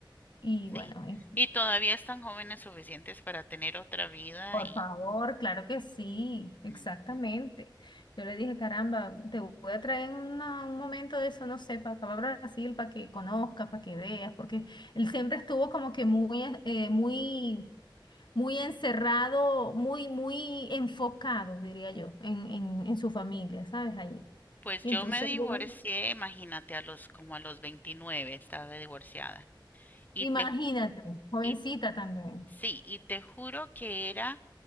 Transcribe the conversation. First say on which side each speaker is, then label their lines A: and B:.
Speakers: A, on the left (about 65°); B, on the left (about 20°).
A: y bueno,
B: Sí.
A: es,
B: Y todavía están jóvenes suficientes para tener otra vida
A: por
B: y...
A: favor, claro que sí, exactamente.
B: ujú.
A: Yo le dije, caramba, te voy a traer en una- un momento de eso, no sé, para acá para Brasil, para que conozcas, para que veas, porque él siempre estuvo como que muy, eh, muy muy encerrado, muy, muy enfocado, diría yo, en, en, en su familia, ¿sabes? Allí.
B: Pues
A: Y
B: yo
A: entonces,
B: me divorcié,
A: bueno,
B: imagínate, a los como a los 29 estaba divorciada. Y
A: imagínate,
B: te, ju-
A: jovencita
B: y
A: también.
B: sí, y te juro que era,